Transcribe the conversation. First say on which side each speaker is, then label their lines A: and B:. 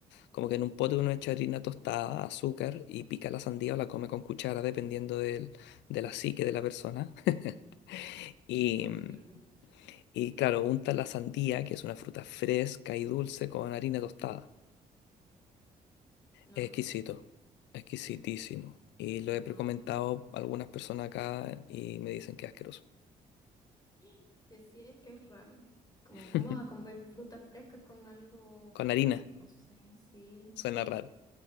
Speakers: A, on the left (about 65°); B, on the left (about 20°).
A: Como que en un pote uno echa harina tostada, azúcar y pica la sandía o la come con cuchara, dependiendo del, de la psique de la persona. <laughs> Y,
B: Horrible.
A: mm, y claro, unta la sandía, que es una fruta fresca y dulce, con harina tostada.
B: No,
A: Es
B: no
A: exquisito,
B: me gusta.
A: exquisitísimo. Y lo
B: No,
A: he pre- comentado
B: no, no.
A: a algunas personas acá y me dicen que es asqueroso.
B: <gasps> Que sí, es que es raro. Como,
A: <laughs>
B: ¿cómo vas a comer fruta fresca con algo,
A: Con
B: mm,
A: harina,
B: no sé, sí,
A: suena raro.